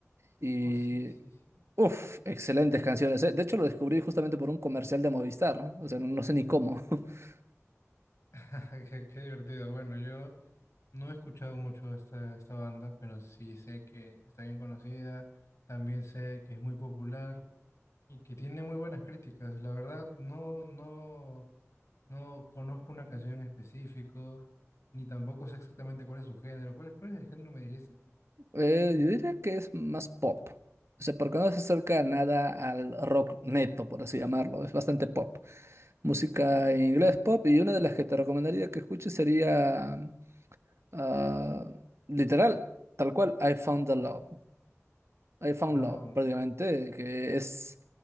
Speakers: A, on the right; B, on the left.
A: Y,
B: Oh, sí, sí, sí.
A: uff, excelentes canciones. eh. De hecho, lo descubrí justamente por un comercial de Movistar. ¿no? O sea, no, no sé ni cómo. <laughs>
B: <laughs> Qué, qué divertido. Bueno, yo no he escuchado mucho esta, esta banda, pero sí sé que está bien conocida. También sé que es muy popular. Y que tiene muy buenas críticas. La verdad, no, no, no conozco una canción en específico, ni tampoco sé exactamente cuál es su género. ¿Cuál es, cuál es el género, me dijiste?
A: Eh, yo diría que es más pop. O sea, porque no se acerca nada al rock neto, por así llamarlo. Es bastante pop. Música en inglés pop. Y una de las que te recomendaría que escuches sería, ah, literal, tal cual, I Found the Love. I Found
B: Ah,
A: Love, prácticamente, que es